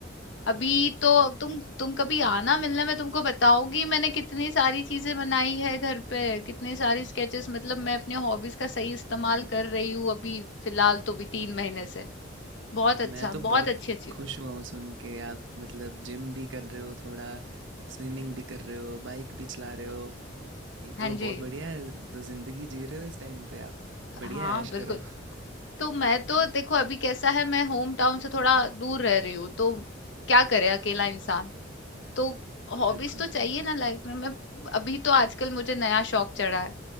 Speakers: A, on the left (about 70°); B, on the right (about 80°).
A: अभी तो
B: ठीक
A: अब तुम
B: है
A: तुम कभी आना मिलने में तुमको बताओगी मैंने कितनी सारी चीजें बनाई है घर पे कितनी सारी स्केचेस मतलब मैं अपने हॉबीज का सही इस्तेमाल कर रही हूँ अभी फिलहाल तो भी तीन महीने से बहुत अच्छा
B: मैं तो
A: बहुत
B: बहुत
A: अच्छी अच्छी
B: खुश हुआ हूँ सुन के आप मतलब जिम भी कर रहे हो थोड़ा स्विमिंग भी कर रहे हो बाइक भी चला रहे हो ये
A: हाँ
B: तो
A: जी
B: बहुत बढ़िया है तो जिंदगी जी रहे हो इस टाइम पे आप बढ़िया
A: हाँ
B: ऐश
A: बिल्कुल
B: करो
A: तो मैं तो देखो अभी कैसा है मैं होम टाउन से थोड़ा दूर रह रही हूँ तो क्या करे अकेला इंसान तो हॉबीज
B: <laughs> बिल्कुल
A: तो चाहिए
B: हम्म।
A: ना लाइफ में मैं अभी तो आजकल मुझे नया शौक चढ़ा है